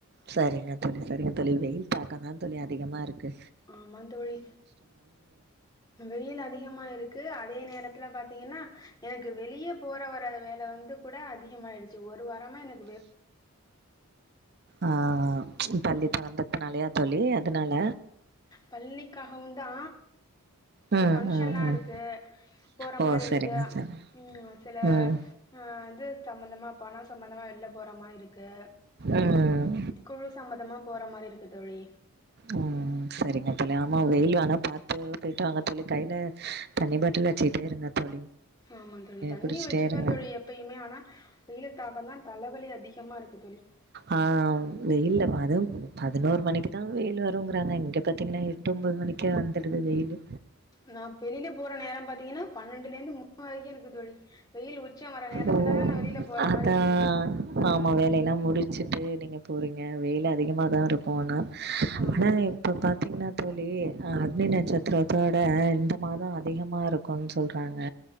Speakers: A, on the right; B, on the left.
A: சரிங்க தோழி சரிங்க தோழி வெயில் தாக்கம் தா தோழி அதிகமாருக்கு
B: ஆமா தோழி வெயில் அதிகமா இருக்கு அதே நேரத்துல பாத் திங்கன்னா எனக்கு வெளியே போற வர வேல வந்து கூட அதிகமாயிடுச்சு ஒரு வாரமா எனக்
A: ஆ பள்ளி
B: ம்
A: தொறந்த து நாலேயா தோழி எதனால
B: பள்ளிக்காகவுந்தா இந்த
A: ம்
B: பங்க்ஷன்
A: ம்
B: எல்லா
A: ம்
B: இருக்கு போற
A: ஓ
B: மாரி
A: சரிங்க
B: இருக்கு
A: சரிங்க
B: ம் சில
A: ம்
B: ஆ இது சம்பந்தமா பனோ சம்பந்தமா வெளில போற மாரி இருக்கு
A: ம்
B: குழு சம்மதமா போற மாரி இருக்கு தோழி
A: ஆ சரிங்க தோழி ஆமா வெயில் வானா பாத்து போயிட்டு வாங்க தோழி கையில தண்ணி பாட்டில் வச்சுட்டே இருங்க தோழி
B: ஆமா தோழி தண்ணி
A: குடிச்சிட்டே
B: வச்சிருப்பன்
A: இருங்க
B: தோழி எப் பையுமே ஆனா வெயிலத்தாக தா தலவலி அதிகமா இருக்கு தோழி
A: ஆ வெயில்ல அது பதினோரு மணிக்குதா வெயில் வருங்கிறாங்க இங்க பாத்தீங்கன்னா எட்டு ஒன்பது மணிக்கே வந்துடுது வெயில்
B: நா வெளில போற நேரம் பாத்தீங்கன்னா பன்னெண்டுல இருந்து மூணு வரைக்கு இருக்கு தோழி வெயில் உச்சம் வர நேரத்துலதா
A: ஓ
B: நா வெளியில போற
A: அதான்
B: மாரி இருக்கு தோழி
A: ஆமா வேலையெல்லா முடிச்சுட்டு நீங்க போறீங்க வெயில அதிகமா தா இருக்கு போன
B: ஆமா
A: ஆனா
B: தோழி
A: இப்ப பாத்தீங்கன்னா தோழி அக்னி நட்சத்திரத்தோட இந்த மாதோ அதிகமாக இருக்கும்ன்னு சொல்றாங்க